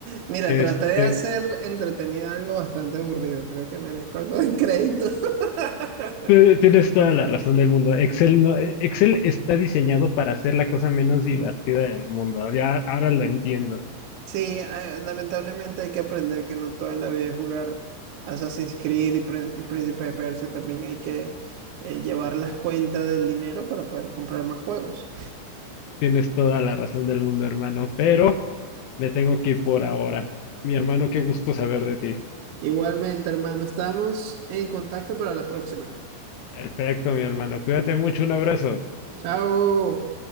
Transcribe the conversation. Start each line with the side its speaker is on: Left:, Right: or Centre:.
Right: Mira,
Left: Este,
Right: traté de hacer entretenido algo bastante aburrido. Creo que merezco algo de crédito. <laughs>
Left: Te- Tienes toda la razón del mundo. Excel no, Excel está diseñado para ser la cosa menos divertida del mundo. Ya ahora lo entiendo.
Right: Sí, ah, lamentablemente hay que aprender que no toda la vida es jugar Assassin's Creed y, Prin- y Príncipe de Persia. También hay que eh, llevar las cuentas del dinero para poder comprar más juegos.
Left: Tienes toda la razón del mundo, hermano, pero me tengo que ir por ahora. Mi hermano, qué gusto saber de ti.
Right: Igualmente, hermano, estamos en contacto para la próxima.
Left: Perfecto, mi hermano. Cuídate mucho, un abrazo.
Right: Chao.